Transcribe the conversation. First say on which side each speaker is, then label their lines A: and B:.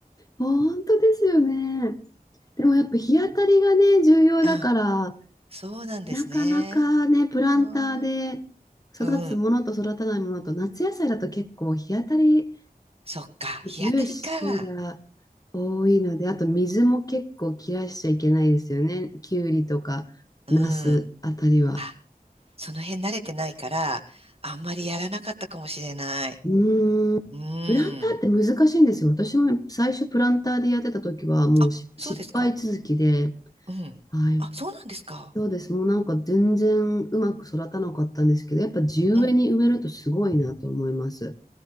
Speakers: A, on the left; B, on the right.
A: 本当ですよね。でもやっぱ日当たりがね、重要だから、
B: あ、そうなんですね。
A: なかなかね、プランターで育つものと育たないものと、
B: あーうん。
A: 夏野菜だと結構日当たり
B: そっか。日当たりか。
A: 重視が多いので、あと水も結構切らしちゃいけないですよね。きゅうりとか、
B: うん。
A: ナスあたりは。
B: あ、その辺慣れてないから、あんまりやらなかったかもしれない。
A: うーん。
B: うん。
A: プランターって難しいんですよ。私も最初プランターでやってた時はもうし失敗続きで、
B: あ、そうですか。うん。
A: はい、
B: あ、そうなんですか。
A: そうです。もうなんか全然うまく育たなかったんですけど、やっぱ地植えに植えるとすごいなと思います。
B: うん。